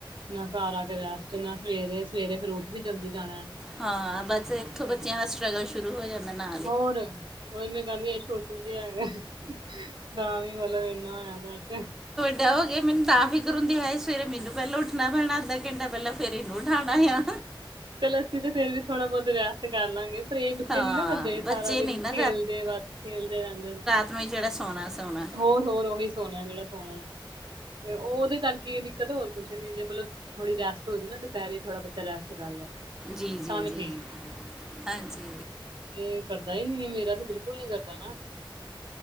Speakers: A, on the right; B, in the centre.
A: ਨਾ ਘਰ ਆ ਕੇ ਰੈਸਟ ਨਾ ਸਵੇਰੇ ਸਵੇਰੇ ਫਿਰ ਉਠ ਵੀ ਜਲਦੀ ਜਾਣਾ
B: ਹਾਂ ਬਸ ਇੱਥੋਂ
A: ਤੇ
B: ਬੱਚਿਆਂ ਦਾ ਸਟਰਗਲ ਸ਼ੁਰੂ ਹੋ ਜਾਂਦਾ ਨਾ
A: ਹੋਰ ਉਹੀ ਮੈਂ ਕੈਂਦੀ ਛੋਟੂ ਜਿਹਾ ਹੈਗਾ ਤਾਂ ਵੀ ਮਤਲਬ ਇੰਨਾ ਹੋਇਆ ਪਿਆ ਤੇ
B: ਜਾਓਗੇ ਮੈਨੂੰ ਤਾਂ ਫਿਕਰ ਹੁੰਦੀ ਐ ਸਵੇਰੇ ਮੈਨੂੰ ਪੈਲਾਂ ਉੱਠਨਾ ਪੈਨੈ ਅੱਧਾ ਘੰਟਾ ਪੈਲਾਂ ਫੇਰ ਏਨੂੰ ਉਠਾਨਾ ਆ
A: ਚਲੋ ਅਸੀਂ ਤੇ ਫੇਰ ਵੀ ਥੋੜਾ ਬੋਤ ਰੈਸਟ ਕਰਲਾਂਗੇ। ਕਈ ਬੱਚੇ
B: ਹਾਂ
A: ਨੀ ਨਾ ਕਰਦੇ
B: ਬੱਚੇ
A: ਸਾਰਾ
B: ਨਹੀਂ
A: ਦਿਨ
B: ਨਾ
A: ਖੇਲਦੇ ਬਸ ਖੇਲਦੇ ਰੈਂਦੇ ਨੇ।
B: ਬਈ ਜੇੜਾ ਸੋਨੈ-ਸੋਨੈ
A: ਹੋਰ-ਹੋਰ ਓਹੀ ਸੋਨੈ ਜੇੜਾ ਸੋਨਾ ਤੇ ਓ ਓਦੇ ਕਰਕੇ ਏ ਦਿੱਕਤ ਹੋਰ ਕੁਛ ਨੀ ਜੇ ਮਤਲਬ ਥੋੜ੍ਹੀ ਰੈਸਟ ਹੋਜੇ ਨਾ ਦੁਪੈਰੇ ਥੋੜਾ ਬੱਚਾ ਰੈਸਟ ਕਰ ਲੈ
B: ਜੀ-ਜੀ-ਜੀ
A: ਤਾਂ ਵੀ ਠੀਕ ਹੈ
B: ਹਾਂਜੀ
A: ਇਹ ਕਰਦਾ ਹੀ ਨੀ ਮੇਰਾ ਤੇ ਬਿਲਕੁਲ ਨੀ ਕਰਦਾ